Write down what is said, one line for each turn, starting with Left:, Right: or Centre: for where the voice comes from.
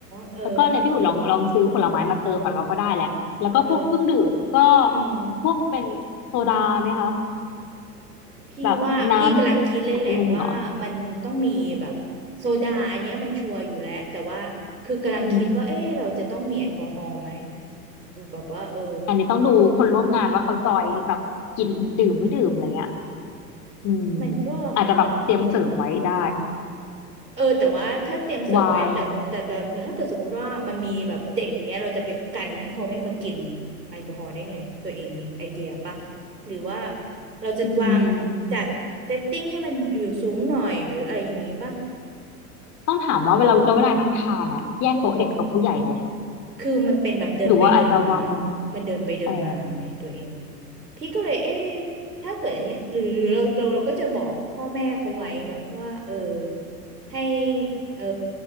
Right: เออ
Left: แล้วก็เนี่ยพี่อุ่นลองลองซื้อผลไม้มาเติมปันว่าก็ได้แหละแล้วก็พวกเครื่องดื่มก็
Right: เอออืม
Left: พวกเป็นโซดาไหมคะ
Right: พี่ว่าพี่กำลังคิดเลยแหละว่ามันต้องมีแบบโซดาอันเนี้ยมันชัวร์อยู่แล้วแต่ว่าคือกำลังคิดว่าเอ๊ะเราจะต้องมีแอลกอฮอล์ไหม
Left: แบบน้ำอัดลมเหรอ อืม
Right: แบบว่าเออ
Left: อันนี้ต้องดูคนร่วมงานว่าเขาจอยแบบกินดื่มไม่ดื่มอะไรเงี้ยอืม
Right: มันก็
Left: อาจจะแบบเตรียมเสริมไว้ได้
Right: เออแต่ว่าถ้าเตรียมเสิร์ฟไว้แต่แต่แต่แต่ถ้าเกิดสมมุติว่ามันมีแบบเด็กเงี้ยเราจะไปกันให้เขาไม่มากิน
Left: วาย
Right: แอลกอฮอล์ได้ไงตัวเองมีไอเดียปะหรือว่าเราจะวางจัดเซตติ้งให้มันอยู่สูงหน่อยหรืออะไรอย่างงี้ปะ
Left: อืมต้องถามว่าเวลาเราเวลานั่งทานอะแยกโต๊ะเด็กโต๊ะผู้ใหญ่ไหม
Right: เออ คือมันเป็นแบบเดินไปเดินมา
Left: หรือว่าอาจจะวางบน
Right: มันเดินไปเดินมาไงตัวเอง
Left: อ๋อ
Right: พี่ก็เลยเอ๊ะถ้าเกิดอันนี้ หรือหรือเราเราเราก็จะบอกพ่อแม่เขาไว้เนาะว่าเออให้เออ